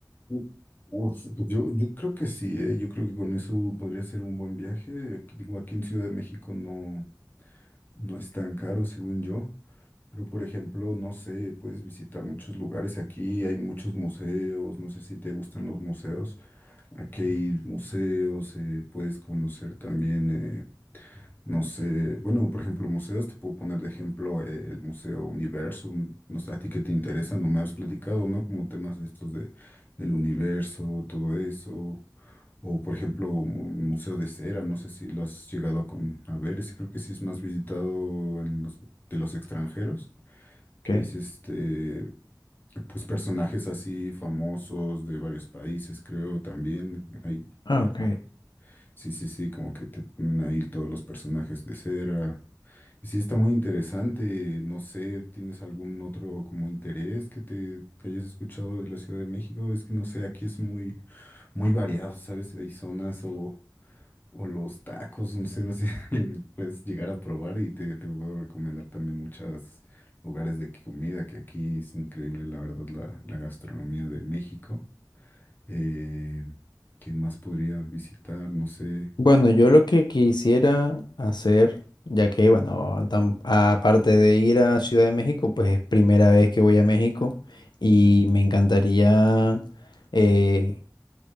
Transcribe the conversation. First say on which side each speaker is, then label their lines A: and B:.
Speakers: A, on the left; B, on the left.
A: U- Uf, pues yo, yo creo que sí, ¿eh? Yo creo que con eso podría ser un buen viaje. Aquí, digo, aquí en Ciudad de México no, no es tan caro, según yo. Pero, por ejemplo, no sé, puedes visitar muchos lugares aquí, hay muchos museos, no sé si te gustan los museos. Aquí hay museos, eh, puedes conocer también eh, No sé, bueno, por ejemplo, museos, te puedo poner de ejemplo eh, el Museo Universum, no sé, a ti qué te interesa, no me has platicado, ¿no? Como temas de estos de, del universo, todo eso, o por ejemplo, mu- Museo de Cera, no sé si lo has llegado a, con, a ver, ese creo que sí es más visitado en los, de los extranjeros, que
B: Okay.
A: es este, pues personajes así famosos de varios países, creo también, hay,
B: Ah, ok.
A: ah, sí, sí, sí, como que te ponen ahí todos los personajes de cera y Sí, está muy interesante. No sé, ¿tienes algún otro como interés que te que hayas escuchado de la Ciudad de México? Es que no sé, aquí es muy, muy variado, ¿sabes? Hay zonas o, o los tacos, no sé, no sé, <laughs> puedes llegar a probar y te, te puedo recomendar también muchos lugares de comida, que aquí es increíble, la verdad, la, la gastronomía de México. Eh, ¿qué más podría visitar? No sé.
B: Bueno, yo lo que quisiera hacer, ya que, bueno, tam- aparte de ir a Ciudad de México, pues es primera vez que voy a México y
A: Ujú,
B: me encantaría eh,